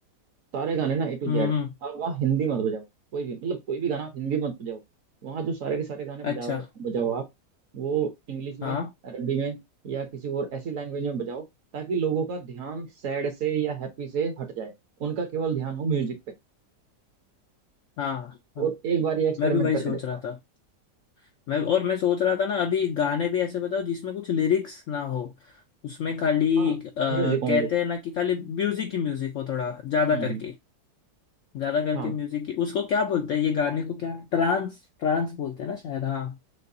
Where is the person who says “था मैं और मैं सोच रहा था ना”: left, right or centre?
Left